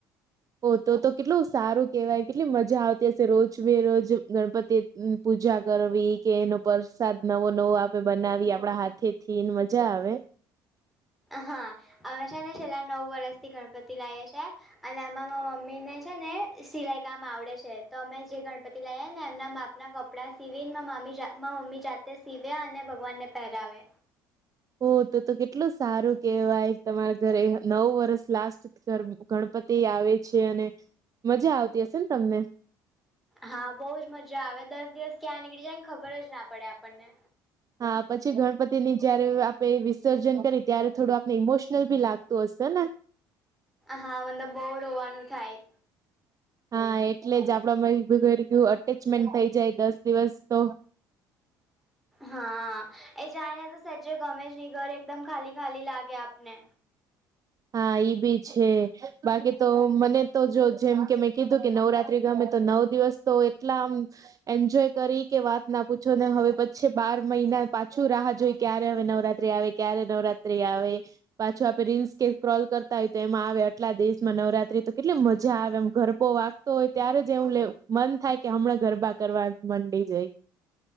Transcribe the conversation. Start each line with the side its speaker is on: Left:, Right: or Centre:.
Right: ઓ તો તો કેટલું સારું કેહેવાય કેટલી મજા આવતી હશે, રોજ બેરોજ ગણપતિ પૂજા કરવી કે એનો પ્રસાદ નવો નવો આપે બનાવી આપડા હાથે થી ને મજા આવે
Centre: હા હંમેશા ને છેલ્લા નવ વર્ષથી ગણપતિ લાવએ છે. અને આમાં મમ્મી ને છેને, સિલાઈ કામ આવડે છે તો અમે જે ગણપતિ લઈ ને એમના માપ ના કપ કપડાં સીવીને મામી મા મમ્મી જાતે સીવે અને ભગવાનને પહેરાવે
Right: હો તો તો કેટલું સારુ કેહેવાય તમારા ઘરે નવ વરષ લાસ્ટ ગણ પતિ આવે છે, અને મજા આવતી હશે ને તમને
Centre: હા, બહુ જ મજા આવે દસ દિવસ ક્યાં નીકળી જાયને ખબર જ ના પડે આપણને
Right: હા પછી ગણપતિ ની જયારે આપે વિસર્જન કરી ત્યારે થોડુ, આપને ઈમોશનલ ભી લાગતું હશે ને.
Centre: હા મતલબ બહ રોવાનું થાય.
Right: હા એટલે જ આપડા મ ગય એટેચમેન્ટ થઈ જાય દસ દિવસ તો
Centre: હા એ જાય ને તો સજે ગમે નહી, ઘર એકદમ ખાલી ખાલી લાગે આપને
Right: હા ઈ બી છે બાકી તો મને તો જો જેમ કે મેં કીધું કે નવરાત્રી ગમે તો નવ દિવસ તો એટલામ એન્જોય કરી કે વાત ના પૂછો ને હવે પછી બાર મહિના પાછું રાહ જોઈ ક્યારે હવે નવરાત્રી આવે ક્યારે નવરાત્રી આવે પાછું આપે રીલ્સ કે સ્્રોલ કરતા હોય તો એમ આવે આટલા દિવસ માં નવરાત્રી તો કેટલી મજા આવે એમ ગરબો વા તોય ત્યારે જ એવું લેવ મન થાય કે હમણાં ગરબા કરવા મંડી જાય